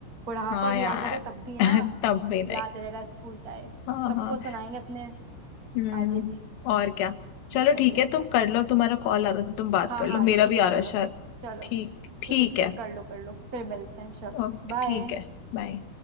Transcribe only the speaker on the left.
हाँ
यार
<laughs>
तब भी नहीं
हाँ
हाँ
हम्म
और क्या चलो
ठीक
है तुम
कर लो तुम्हारा कॉल आ रहा था तुम बात
कर
लो मेरा
भी आ
रहा
है शायद
ठीक ठीक
है
ओके
ठीक है बाय